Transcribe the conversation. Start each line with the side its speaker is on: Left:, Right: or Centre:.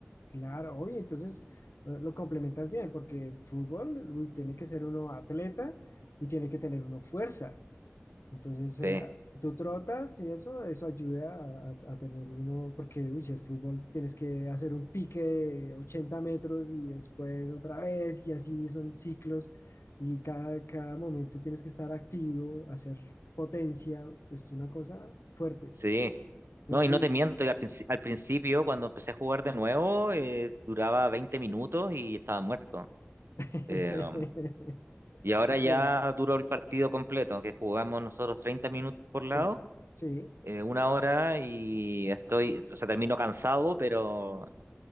Left: claro, oye, entonces eh, lo complementas bien, porque el fútbol, uy, tiene que ser uno atleta y tiene que tener uno fuerza. Entonces, eh,
Right: Sí,
Left: tú trotas y eso, eso ayuda a, a- a tener uno, porque uy, el fútbol tienes que hacer un pique de 80 metros y después otra vez y así son ciclos y cada, cada momento tienes que estar activo, hacer potencia, es una cosa fuerte.
Right: sí.
Left: Eh,
Right: No, y
Left: uy.
Right: no te miento, y al, princi- al principio, cuando empecé a jugar de nuevo, eh, duraba 20 minutos y estaba muerto.
Left: <laughs>
Right: Eh, um, y ahora ya
Left: Eh,
Right: duró el partido completo, que jugamos nosotros 30 minutos por lado,
Left: Sí, sí,
Right: eh, una hora, y estoy, o sea, termino cansado, pero